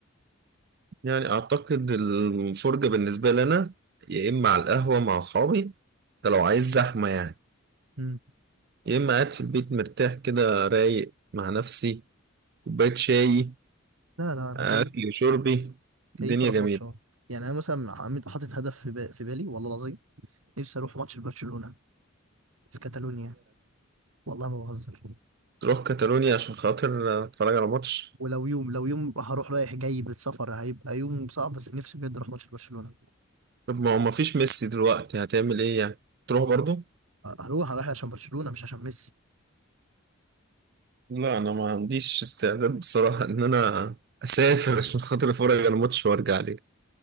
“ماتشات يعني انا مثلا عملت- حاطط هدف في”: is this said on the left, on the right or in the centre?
Right